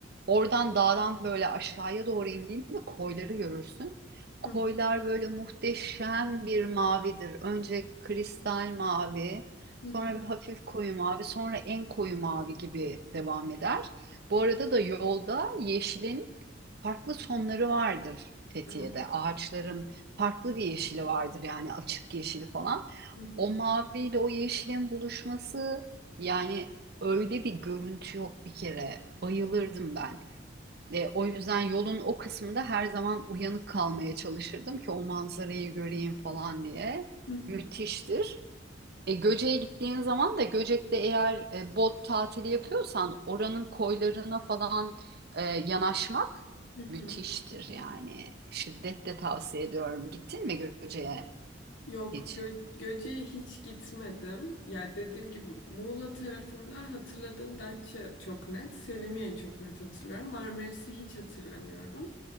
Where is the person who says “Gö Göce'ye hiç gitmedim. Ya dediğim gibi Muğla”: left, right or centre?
Left